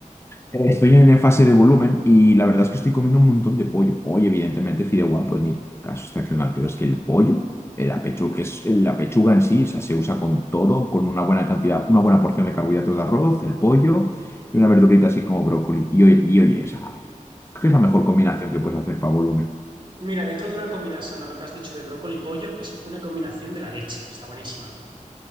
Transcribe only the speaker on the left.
Eh, Estoy en en fase de volumen y la verdad es que estoy comiendo un montón de pollo. Hoy, evidentemente, fideuá, pues mira, está excepcional, pero es que el pollo, eh, la pechuga, que es la pechuga en sí, o sea, se usa con todo, con una buena cantidad, una buena porción de carbohidratos de arroz, el pollo y una verdurita así como brócoli. Y oye, y oye, o sea, creo que es la mejor combinación que puedes hacer para volumen.